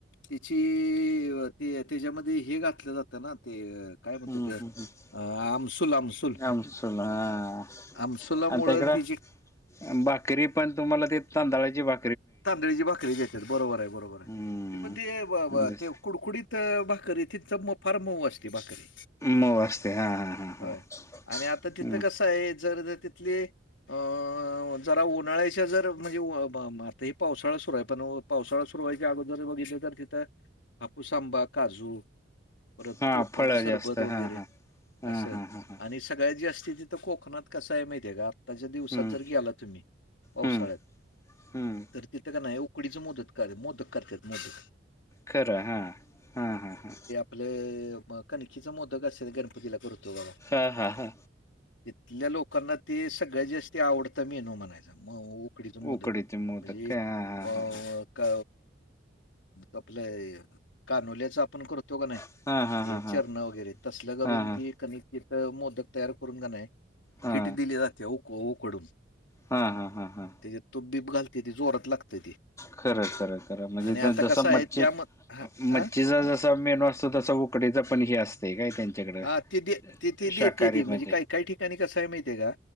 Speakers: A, on the left; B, on the left.
A: तिची वत ते त्याज्यामध्ये हे घातलं जातं ना ते अ काय म्हणतो
B: हूं हूं
A: ते
B: हम्म
A: अ, आमसूल, आमसूल.
B: आमसूल हा
A: आमसुलामुळं
B: आणि तिकड
A: ती जी
B: भाकरी पण तुम्हाला ते तांदळाची भा
A: तांदळीची भाकरी देत्यात बरोबर हाय बरोबर
B: हम्म
A: हाय ये पण ते ब ब
B: जस
A: ते कुडकुडीत त भाकरी तिचं म फार मऊ असते भाकरी
B: मऊ असते हा हा हा हा
A: होय आणि आता तिथं
B: हम्म
A: कसंय जर जर ति तिथले अ जरा उन्हाळ्याच्या जर म्हणजे व म म म ते पावसाळा सुरू हाय पण पावसाळा सुरु व्हायच्या अगोदर बघितल तर तिथं हापूस आंबा, काजू परत
B: हा
A: कोकम
B: फळ
A: सरबत
B: जास्त
A: वगैरे
B: हा हा हा
A: असं
B: हा हा हा
A: आणि सगळ्या जी असति तिथ कोकणात कस आहे माहितीय आहे का आत्ताच्या दिवसात
B: हम्म
A: जर गेला तुम्ही पावसाळ्यात
B: हम्म हम्म
A: तर तिथं का नाही उकडीचं मोदक कर मोदक करते मोदक
B: खरं हां हां हां हां
A: आपले कणखीचा मोदक असेल गणपतीला करतो बाबा
B: हा हा हा
A: तिथल्या लोकांना ते सगळ्यात जास्ती आवडत मीनो म्हणायच म उकडीच मोदत
B: उकडीचे मोदक
A: म्हणजे
B: काय हा
A: अ
B: हा
A: आपलं कानोल्याच आपण करतो तो का नाही
B: हा हा
A: ते
B: हा हा
A: चरण वगैरे तसल्या करून
B: हा हा
A: ती
B: हा
A: कनिकित मोदक तयार करून काय नाही
B: हा
A: सिटी दिली जाते क उकडून
B: हा हा हा हा
A: त्याच्या तुप बीब घालते ते जोरत लागते ती.
B: खरं खरं खर म्हणजे
A: आणि आता
B: जस
A: कसं आहे
B: मच्छ
A: त्याम हां, हां?
B: मच्छीचा जस मेनू असतो तसा तुकडीच पण हे असते काय त्यांच्याकडे
A: हां, ते दे ते ते
B: शाकाहारी
A: देते ती म्हणजे
B: मध्ये
A: काही काही ठिकाणी कसं आहे माहिती आहे का,